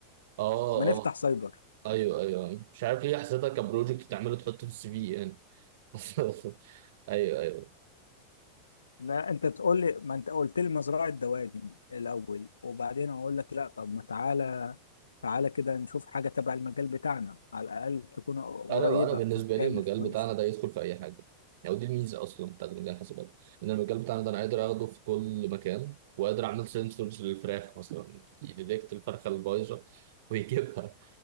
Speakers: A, on the right; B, on the left.
A: آه
B: ما نفتح
A: آه
B: سايبر
A: أيوه أيوه أيوه مش عارف ليه حسيتها كبروجكت تعمله تحطه في السي في يعني <laughs> أيوه أيوه
B: لا انت تقول لي ما انت قلت لي مزرعه دواجن الاول وبعدين اقول لك لا طب ما تعالى تعالى كده نشوف حاجة تبع المجال بتاعنا على الأقل تكون قريبة
A: أنا أنا بالنسبة
B: وبتعمل
A: لي المجال
B: فلوس
A: بتاعنا ده يدخل في أي حاجة يعني ودي الميزة أصلا بتاعت مجال الحاسبات إن المجال بتاعنا ده أنا قادر آخده في كل مكان وقادر أعمل سنسورز للفراخ مثلا يديتكت الفرخة البايظة ويجيبها